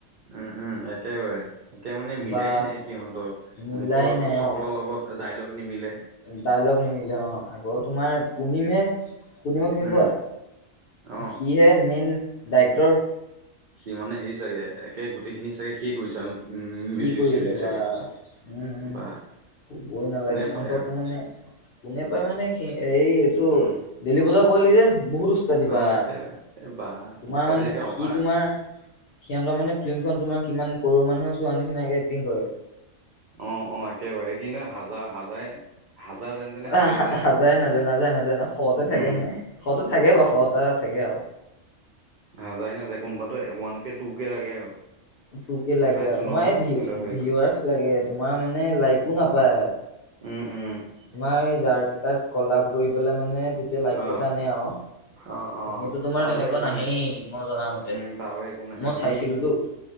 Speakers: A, on the right; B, on the left.
A: উম উম একেবাৰে তে মানে মিলাই
B: বা
A: নাই সিহঁতৰ
B: মিলাই
A: মুখৰ
B: নাই
A: চকলৰ
B: অ'।
A: লগত ডাইলগ নিমিলে
B: ডাইলগ নিমিলে অ আকৌ তোমাৰ পূৰ্ণিমহে পুৰ্ণিমক চিনি
A: উম,
B: পোৱা
A: অ'।
B: সিয়ে মেইন ডাইৰেক্টৰ
A: সি মানে সেই চাগে একে গোটেইখিনি চাগে সিয়ে কৰিছে
B: সি
A: মিউজিক
B: কৰি
A: চিউজিক
B: আছে
A: চাগে
B: বা উম
A: বা
B: ক'বই নালাগে
A: কোনে
B: সিহঁতক
A: পায় আৰু
B: মানে কোনে পাই মানে সি এই টো
A: উম,
B: দেইলী বজাৰ পোৱালি যে বহুত উস্তাদি
A: অ',
B: বা
A: একেবাৰে এই বা
B: তোমাৰ
A: উস্তাদি
B: মানে
A: একে অভাৰ।
B: সি তোমাৰ সিহঁতৰ মানে ফিল্মখন তোমাৰ কিমান কৰুৰ মানুহে চোৱা নিচিনাকে এক্টিং কৰে।
A: অ- অ, একেবাৰে কিন্তু হাজাৰ- হাজাৰ হাজাৰ যেন তেনে হৈছে
B: অ,
A: বোলা
B: নাযায়- নাযায়- নাযায়- নাযায় ন, শতে থাকে।
A: উম,
B: নাই শহতে থাকে বাৰু, শটা থাকে আৰু।
A: হাজাৰে নাযায়। কোনোবাতো ওৱান কে টু কে লাগে আৰু।
B: টু কে
A: মই
B: লাগে
A: চাইছো
B: আৰু। তোমাৰ
A: নহয়
B: এই ভি-
A: কিন্তু সেইটো
B: ভিউৱাৰচ তোমাৰ মানে লাইকো নাপায়।
A: উম, উম,
B: তোমাৰ এই যাৰ তাক কলা কৰি পেলাই মানে, তেতিয়া লাইক
A: অ',
B: কেইটা আনে আৰু।
A: অ', অ',
B: এনেইতো তোমাৰ
A: তাৰ
B: তেনেকোৱা
A: বাহিৰে একো
B: নাহেই।
A: নাই।
B: মই জনা মতে
A: উম, তাৰ বাহিৰে একো নাই
B: মই
A: এনেই
B: চাইছিলোতো